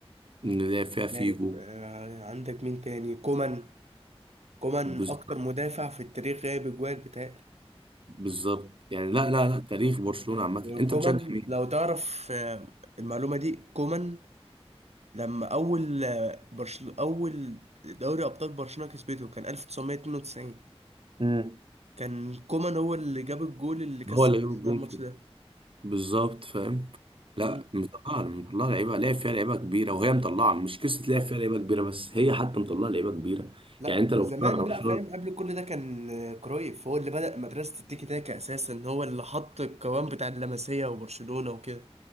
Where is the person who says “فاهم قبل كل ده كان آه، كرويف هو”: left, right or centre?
Right